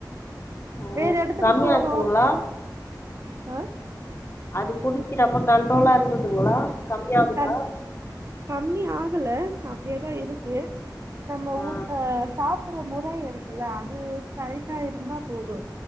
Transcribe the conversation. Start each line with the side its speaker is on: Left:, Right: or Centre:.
Left: ஓ
Right: வேற இடத்துக்கு
Left: கம்மியாச்சுங்களா
Right: போறோம் ஆ
Left: அது குடிக்கிற அப்ப கண்ட்ரோலா இருந்ததுங்களா கம்மியாகுதா
Right: கம் கம்மி ஆகுல அப்படியேதா இருக்கு நம்ம
Left: ஆ
Right: ஊட் அஹ் சாப் சாப்புற முறை இருக்குல்ல அது கரைக்டா இருந்தா போது